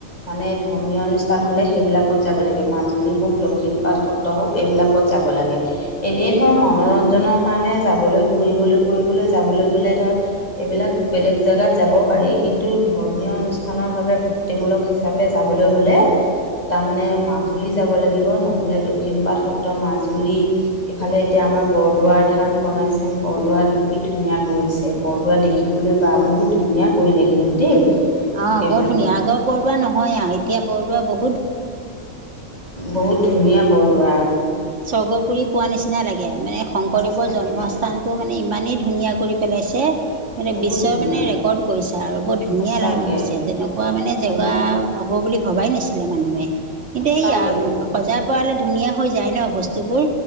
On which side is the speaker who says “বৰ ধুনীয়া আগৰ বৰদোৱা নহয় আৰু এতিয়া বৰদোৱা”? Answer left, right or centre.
Right